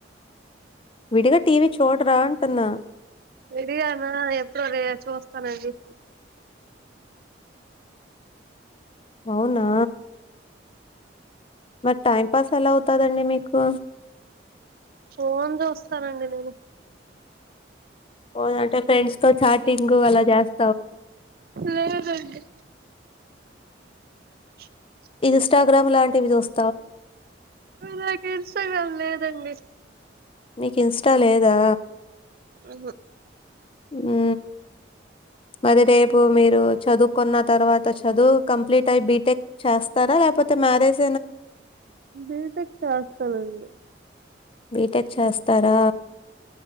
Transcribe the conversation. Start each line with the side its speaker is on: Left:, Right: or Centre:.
Left: విడిగా టీవీ చూడరా అంటున్నా
Right: విడిగానా ఎప్పుడో రే చూస్తానండి
Left: అవునా మరి టైం పాస్ ఎలా అవుతదండి మీకు
Right: ఫోన్ చూస్తానండి నేను
Left: ఓ అంటే ఫ్రెండ్స్తో చాటింగు ఎలా జాస్
Right: లేదండి చుక్ప <unintelligible>
Left: ఇన్స్టాగ్రామ్ లాంటివి జూస్
Right: అయ్యో నాకు ఇంస్టగ్రామ్ లేదు దండి
Left: నీకు ఇంస్టా లేదా
Right: ఉహు
Left: ఊ అది రేపు మీరు చదువుకున్న తర్వాత చదువు కంప్లీట్ అయి బీటెక్ చేస్తారా లేకపోతే మ్యారేజ్
Right: బీటెక్ చేస్తాలెండి
Left: బీటెక్ చేస్తారా